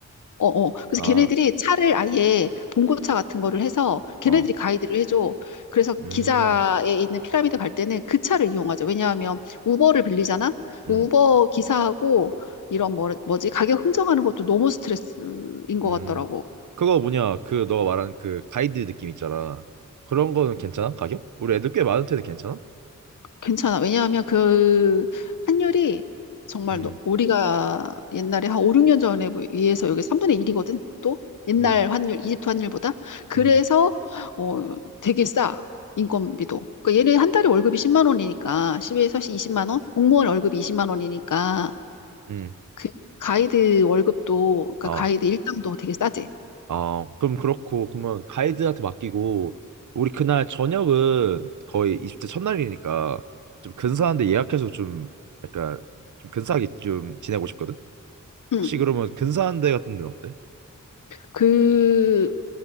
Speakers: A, on the left; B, on the right.
A: 어, 어. 그래서
B: 아,
A: 걔네들이 차를 아예 봉고차 같은 거를 해서 걔네들이
B: 어,
A: 가이드를 해줘. 그래서
B: 음,
A: 기자에 있는 피라미드 갈 때는 그 차를 이용하죠. 왜냐하면 우버를 빌리잖아?
B: 음.
A: 우버 기사하고 이런 뭐, 뭐지? 가격 흥정하는 것도 너무 스트레스인 것
B: 음,
A: 같더라고.
B: 그거 뭐냐, 그 너가 말한 그 가이드 느낌 있잖아. 그런 거는 괜찮아? 가격? 우리 애들 꽤 많은데도 괜찮아?
A: 괜찮아. 왜냐하면 그 환율이 정말
B: 음,
A: 너- 우리가 옛날에 한 5, 6년 전에 비해서 여기 3분의 1이거든. 또 옛날
B: 음,
A: 환율, 이집트 환율보다. 그래서
B: 음,
A: 어 되게 싸. 인건비도. 그러니까 얘네 한 달에 월급이 10만 원이니까 10에서 20만 원? 공무원 월급이 20만 원이니까
B: 음.
A: 그 가이드 월급도 그러니까
B: 아,
A: 가이드 일당도 되게 싸지.
B: 아, 그럼 그렇고, 그러면 가이드한테 맡기고, 우리 그날 저녁은 거의 20대 첫날이니까 좀 근사한데 예약해서 좀 약간 좀 근사하게 좀 지내고 싶거든?
A: 응.
B: 혹시 그러면 근사한 데 같은 데는 어때?
A: 그